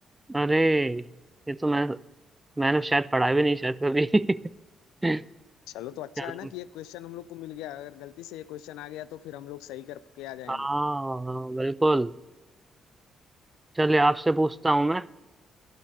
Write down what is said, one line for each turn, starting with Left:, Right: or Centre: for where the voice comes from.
Right: अरे ये तो मैं मैंने शायद पढ़ा भी नहीं शायद कभी <laughs>
Left: चलो तो अच्छा
Right: चलो
Left: है ना कि ये क्वेश्चन हम लोग को मिल गया अगर गलती से ये क्वेश्चन आ गया तो फिर हम लोग सही करके आ जाएंगे
Right: हाँ बिल्कुल चलिए आपसे पूछता हूँ मैं